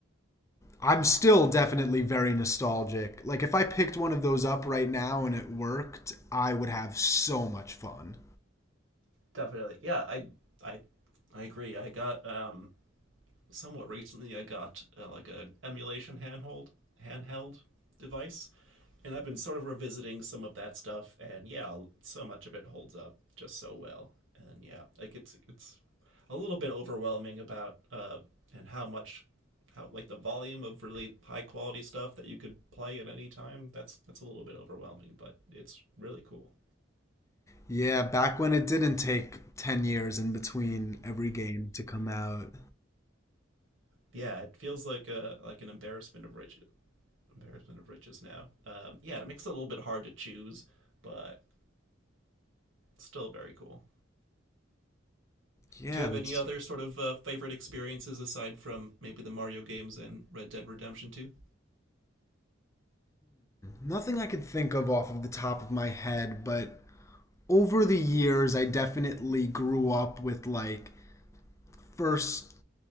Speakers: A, on the left (about 15°); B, on the right (about 70°).
A: I'm still definitely very nostalgic. Like if I picked one of those up right now and it worked, I would have so much fun.
B: definitely, yeah, I I I agree. I got um somewhat recently I got uh, like an emulation handhold handheld device, and I've been sort of revisiting some of that stuff. And yeah, so much of it holds up just so well. And yeah, like it's it's a little bit overwhelming about uh, and how much how like the volume of really high quality stuff that you could play at any time. That's that's a little bit overwhelming, but it's really cool.
A: Yeah, back when it didn't take 10 years in between every game to come out.
B: Yeah, it feels like a like an embarrassment of riches. Embarrassment of riches now. Um, yeah, it makes it a little bit hard to choose, but still very cool.
A: Yeah,
B: Do you have
A: that's
B: any other sort of uh, favorite experiences aside from maybe the Mario games and Red Dead Redemption 2?
A: nothing I could think of off of the top of my head, but over the years, I definitely grew up with like first